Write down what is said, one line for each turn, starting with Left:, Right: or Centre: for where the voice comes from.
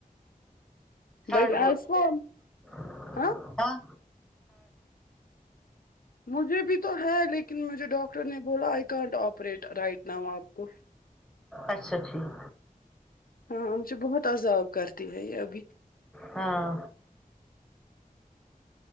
Centre: تھڈ
Left: بٹ
Centre: بولتے
Left: ایز فار
Centre: ہے
Left: ہاں مجھے بھی تو ہے لیکن مجھے ڈاکٹر نے بولا I can't operate right now آپ کو
Centre: اچھا ٹھیک
Left: ہاں ہم سے بہت عذاب کرتے ہیں یہ ابھی
Centre: ہاں